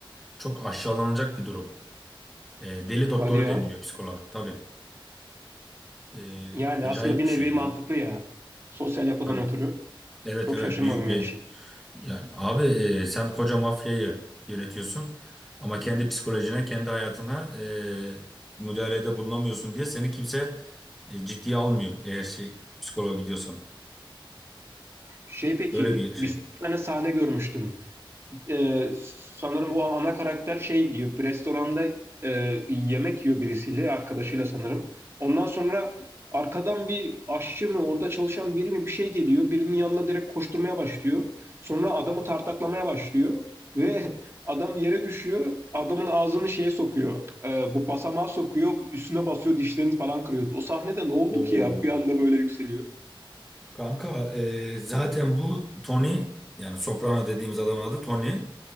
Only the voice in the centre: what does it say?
çok aşağılanacak bir durum. E, deli doktoru
deniliyor psikoloğa. Tabii. E,
acayip
bir
şey ya.
Tabii.
Evet
evet
büyük bir
yani abi e, sen koca mafyayı yönetiyorsun ama kendi psikolojine, kendi hayatına e, müdahalede bulunamıyorsun diye seni kimse e, ciddiye almıyor eğer şey psikoloğa gidiyorsan.
Öyle bir şey.
Oo.
Kanka e, zaten bu Tony yani Soprano dediğimiz adamın adı Tony.